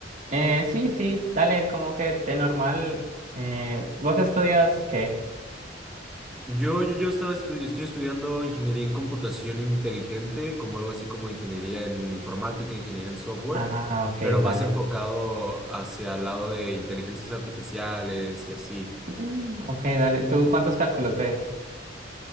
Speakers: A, on the right; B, in the centre.
A: Eh, sí, sí, dale, como que de normal. Eh, ¿vos estudias qué?
B: Yo, yo, yo estaba estu- estoy estudiando ingeniería en computación inteligente, como algo así como ingeniería en informática, ingeniería en software,
A: Ah, ok,
B: pero más
A: dale.
B: enfocado hacia el lado de inteligencias artificiales y así.
A: Mm, ok, dale. ¿Tú cuántos cálculos ves?